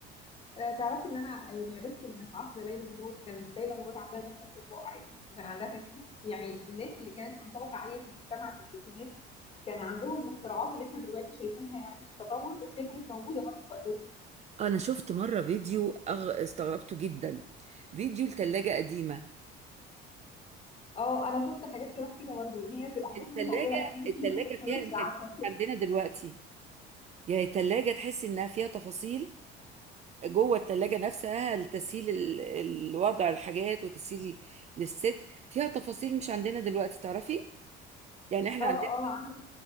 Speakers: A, on the left; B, on the right.
A: آه، تعرفي ان انا يعني عرفت ان في عصر ليلى مراد كانت ليلى مراد عندها غسالة اطباق عادي وكان عندها تكييف يعني الناس اللي كانت من طبقة عالية في المجتمع في الستينات كان عندهم الاختراعات اللي احنا دلوقتي شايفينها يعني تطور بس هي كانت موجودة برضه في وقتهم
B: انا شفت مرة فيديو أغ... استغربته جدا فيديو لثلاجة قديمة
A: اه انا شفت حاجات شبه كده برضه ان هي بتبقى حاجات
B: الثلاجة
A: متطورة قوي
B: الثلاجة
A: فيها تكنولوجيا
B: فيها امكانيات
A: عالية
B: عندنا دلوقتي يعني الثلاجة تحس انها فيها تفاصيل جوه التلاجة نفسها لتسهيل ال- الوضع الحاجات وتسهيل للست فيها تفاصيل مش عندنا دلوقتي تعرفي يعني احنا
A: اه
B: عندنا
A: اه عندك